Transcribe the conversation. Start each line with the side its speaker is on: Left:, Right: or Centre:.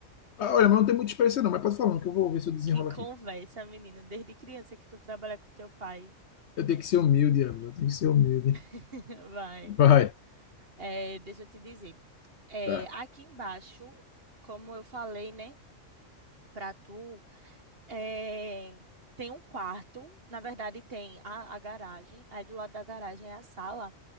Left: Ah, olha, mas não tem muita experiência não, mas pode falar, que eu vou ver se eu desenrolo
Right: Que conversa,
Left: aqui.
Right: menino, desde criança que tu trabalha com teu pai.
Left: Eu tenho que ser humilde, Ávila, eu tenho que ser humilde.
Right: <laughs> Vai.
Left: Vai.
Right: É, deixa eu te dizer. É,
Left: Tá.
Right: aqui embaixo, como eu falei, né, para tu, é, tem um quarto, na verdade tem a, a garagem, aí do lado da garagem é a sala.